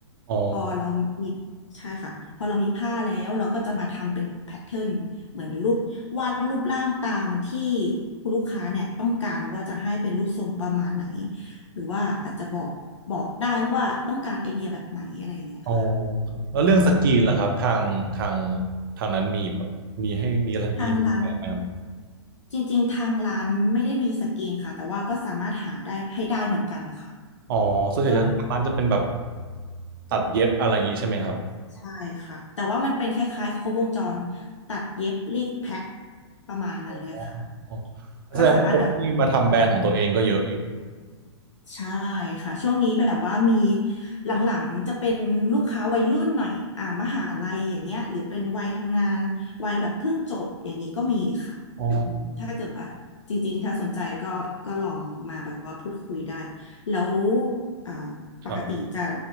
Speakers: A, on the right; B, on the left.
A: อ๋อ
B: พอเรามีใช่ค่ะพอเรามีผ้าแล้วเราก็จะมาทำเป็นแพทเทิร์นเหมือนรูปวาดรูปร่างตามที่คุณลูกค้าเนี่ยต้องการว่าจะให้เป็นรูปทรงประมาณไหนหรือว่าอาจจะบอกบอกได้ว่าต้องการไอเดียแบบไหนอะไรอย่างเงี้ยค่ะ
A: อ๋อครับแล้วเรื่องสกรีนล่ะครับทางทางทางนั้นมีแบบมีให้มีอะไรมีแบบไหมครับ
B: ทางร้าน จริงๆทางร้านไม่ได้มีสกรีนค่ะแต่ว่าก็สามารถหาได้ให้ได้เหมือนกันนะคะ
A: อ๋อส่วนใหญ่จะทางร้านจะเป็นแบบ
B: ก็แบบ
A: ตัดเย็บอะไรอย่างนี้ใช่ไหมครับ
B: ใช่ค่ะแต่ว่ามันเป็นคล้ายๆครบวงจรตัดเย็บรีดแพ็คประมาณนั้นเลยค่ะ
A: อ๋อ
B: ก็สามารถแบบ
A: แสดงว่าคนที่มาทำแบรนด์ของตัวเองก็เยอะอยู่
B: ใช่ค่ะช่วงนี้แบบว่ามีหลังๆจะเป็นลูกค้าวัยรุ่นหน่อยอ่ามหาลัยอย่างเงี้ยหรือเป็นวัยทำงานวัยแบบเพิ่งจบอย่างนี้ก็มีค่ะอืมถ้าเกิดว่าจริงๆถ้าสนใจก็ก็ลองมาแบบว่าพูดคุยได้
A: อ๋อ
B: แล้วอ่าปกติจะ
A: ครับ